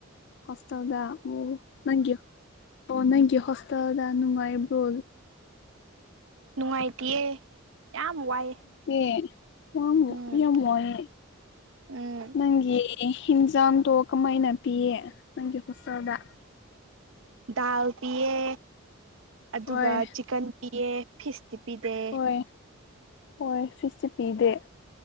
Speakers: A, on the left (about 55°); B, on the right (about 70°).
A: ꯍꯣꯁꯇꯦꯜꯗ ꯎꯝ ꯅꯪꯒꯤ ꯑꯣ ꯅꯪꯒꯤ ꯍꯣꯁꯇꯦꯜꯗ ꯅꯨꯡꯉꯥꯏꯕ꯭ꯔꯣ
B: ꯅꯨꯡꯉꯥꯏꯇꯤꯌꯦ ꯌꯥꯝ ꯋꯥꯏꯑꯦ
A: ꯑꯦ ꯌꯥꯝ
B: ꯎꯝ
A: ꯌꯥꯝꯃꯣꯏꯌꯦ
B: ꯎꯝ
A: ꯅꯪꯒꯤ ꯑꯦ ꯍꯤꯟꯖꯥꯝꯗꯣ ꯀꯃꯥꯏꯅ ꯄꯤꯌꯦ ꯅꯪꯒꯤ ꯍꯣꯁꯇꯦꯜꯗ
B: ꯗꯥꯜ ꯄꯤꯌꯦ ꯑꯗꯨꯒ
A: ꯍꯣꯏ
B: ꯆꯤꯛꯀꯟ ꯄꯤꯌꯦ ꯐꯤꯁꯇꯤ ꯄꯤꯗꯦ
A: ꯍꯣꯏ ꯍꯣꯏ ꯐꯤꯁꯇꯤ ꯄꯤꯗꯦ